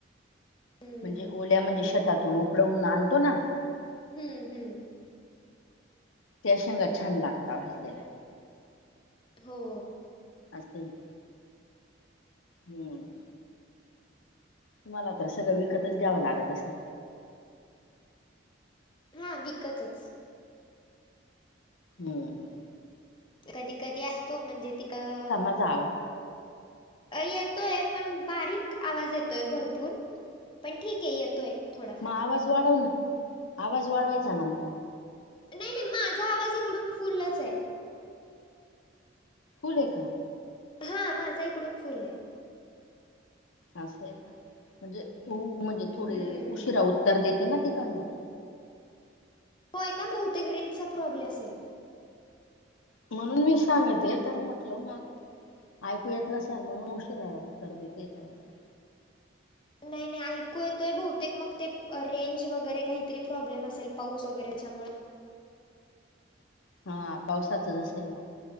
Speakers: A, on the left (about 25°); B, on the left (about 80°).
A: हम्म
B: म्हणजे ओल्या म्हणजे शतातून उप पडऊून आणतो ना?
A: हम्म, हम्म.
B: त्या शेंगा छान लागतात. भाजलेल्या.
A: हो.
B: असेच. हम्म. तुम्हाला तर सगळं, विकतच घ्यावं लागत असल.
A: हा, विकतच.
B: हम्.
A: कधी - कधी असतो. म्हणजे, तिकं
B: तुझा आवाज.
A: अ येतोय, पण बारीक आवाज येतोय भरपूर. पण ठीकय, येतोय. थोडाफार.
B: मग आवाज वाढव ना? आवाज वाढवायचा ना मग.
A: नाही - नाही, माझा आवाज इकडून फुलचय.
B: फुलय का?
A: हा, माझा इकडून फुलय.
B: असंय, का? म्हणजे, तू म्हणजे, थोडी
A: हम्म.
B: उशिरा उत्तर देते ना, तिकडन.
A: होय, का? बहुतेक रेंजचा प्रॉब्ले असेल.
B: म्हणून मी सांगते. तर म्हटलं मग ऐकू येत नसाय. म्हणून उशिरा उत्तर देते काय असं?
A: नाही - नाही, ऐकू येतोय. बहुतेक मग ते, रेंज वगैरे काहीतरी प्रॉब्लेम असेल. पाऊस वगैरेच्या मुळ.
B: हा, पावसाचच असेल मग.